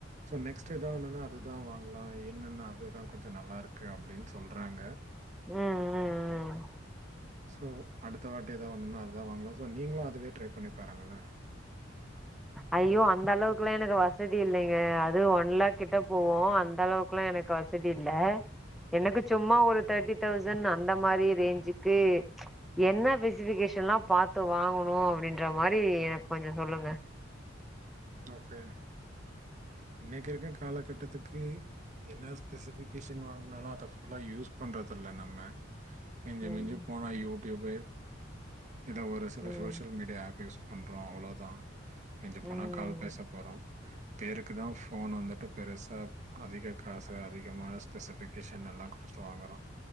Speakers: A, on the right (about 40°); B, in the centre.
A: சோ நெக்ஸ் ட் எதா ஒன்னுனா அதுதா வாங்கலா என்னென்னா அதுதா கொஞ்ச நல்லாருக்கு அப்டின் சொல்றாங்க
B: ம் ம் ம்
A: சோ அடுத்த வாட்டி எதா ஒண்ணுனா அதா வாங்கலா சோ நீங்களு அதுவே ட்ரை பண்ணி பாருங்களே
B: ஐயோ அந்த அளவுக்குல்லா எனக்கு வசதி இல்லைங்க அது ஒன்லேக் கிட்ட போவு அந்த அளவுக்ல்லா எனக் கு வசதி இல்ல எனக்கு சும்மா ஒரு தேட்டி தௌசண் அந்த மாரி ரேஞ்சுக்கு என்ன பெசிபிகேஷ் ஷன்லா பாத்து வாங்கனு அப்படின்ற மாரி எனக் கொஞ்ச சொல்லுங்க
A: ஓகே இன்னைக்கு இருக்க கால கட்டத்துக்கு என்ன ஸ்பெசிபிகேஷன் வாங்குனாலு அத ஃபுல்லா யூஸ் பண்றதா இல்ல நம்ம மிஞ்சி
B: ம்
A: மிஞ்சு போனா யூடியூப்பு இத ஒரு சில
B: ம்
A: சோசியல் மீடியா ஆப் யூஸ் பண்றோ அவ்ளோதா மிஞ்சி
B: ம்
A: போனா கால் பேச போறோ பேருக்கு தா ஃபோன் வந்துட் இப்ப பெருசா அதிக காசு அதிகமான ஸ்பெசிபிகேஷன் நல்லா கொட்து வாங்குறோ